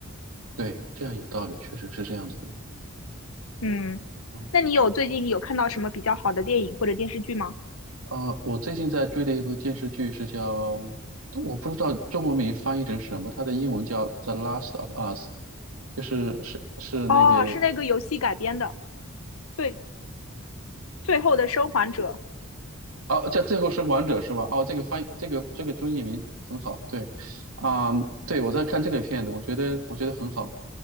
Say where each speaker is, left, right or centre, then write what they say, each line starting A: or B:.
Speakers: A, on the right (about 75°); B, on the left (about 70°).
A: 对，这样有道理，确实是这样子的。
B: 嗯，
A: 嗯，
B: 那你有最近有看到什么比较好的电影或者电视剧吗？
A: 啊、我最近在追的一部电视剧是叫，我不知道中文名翻译成什么，它的英文叫《The Last of Us》，就是是是那个
B: 哦，是那个游戏改编的，最最后的生还者。
A: 哦，叫《最后生还者》是吧？哦，这个翻译这个这个中译名很好，对，啊、对我在看这个片子，我觉得我觉得很好。